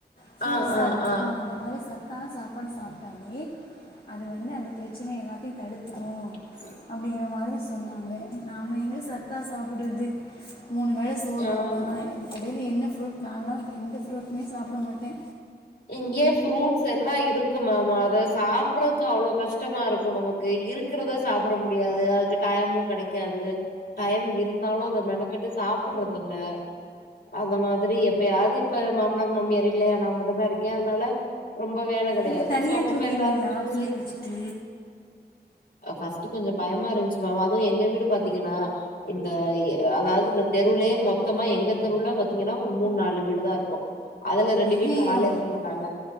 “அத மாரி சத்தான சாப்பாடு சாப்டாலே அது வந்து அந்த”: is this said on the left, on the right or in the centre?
Left